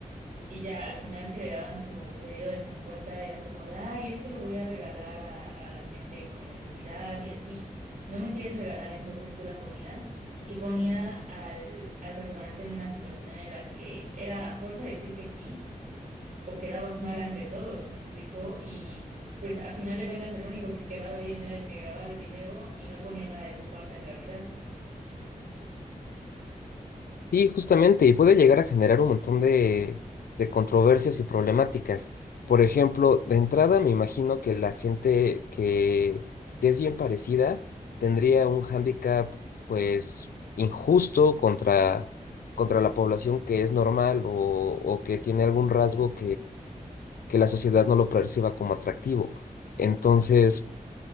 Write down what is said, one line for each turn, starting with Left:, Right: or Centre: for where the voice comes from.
Right: Y ya al final que le daban su pedido de 50 era como de, ay, es que lo voy a regalar a, a la gente con necesidad y así. ¿No me quieres regalar entonces tú la comida? Y ponía al, al restaurante en una situación en la que era a fuerza de decir que sí o quedabas mal ante todos, me explicó. Y pues a final de cuentas el único que quedaba bien era el que grababa el video y no ponía nada de su parte en realidad.
Left: Sí, justamente, y puede llegar a generar un montón de, de controversias y problemáticas. Por ejemplo, de entrada me imagino que la gente que, que es bien parecida tendría un hándicap pues injusto contra, contra la población que es normal o, o que tiene algún rasgo que la sociedad no lo perciba como atractivo. Entonces,